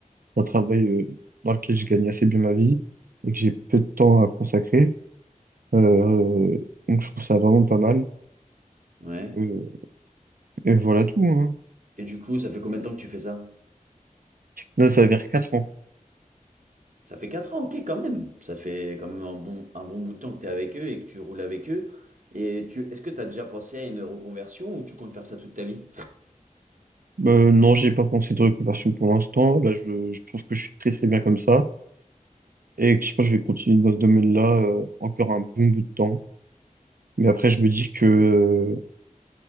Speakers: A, on the right; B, on the right.
A: un travail euh, dans lequel je gagne assez bien ma vie et que j'ai peu de temps à consacrer. Euh, euh, donc, je trouve ça vraiment pas mal.
B: ouais.
A: Euh, et voilà tout, hein.
B: Et du coup, ça fait combien de temps que tu fais ça?
A: Là, ça va vers 4 ans.
B: Ça fait 4 ans, ok, quand même. Ça fait quand même un bon, un bon bout de temps que tu es avec eux et que tu roules avec eux. Et tu, est-ce que tu as déjà pensé à une reconversion ou tu comptes faire ça toute ta vie?
A: Euh, non, j'ai pas pensé de reconversion pour l'instant. Là, je, je trouve que je suis très très bien comme ça. Et que je pense que je vais continuer dans ce domaine-là euh, encore un bon bout de temps. Mais après, je me dis que, euh,